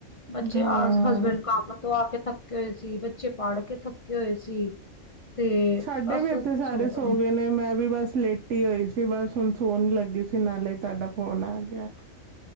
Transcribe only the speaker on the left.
ਬੱਚੇ
ਆ ਹਸਬੈਂਡ ਕੰਮ ਆ ਕੇ ਥੱਕੇ ਹੋਏ ਸੀ ਬੱਚੇ ਪੜ੍ਹ ਕੇ ਥੱਕੇ ਹੋਏ ਸੀ ਤੇ
ਬਸ
ਸਣ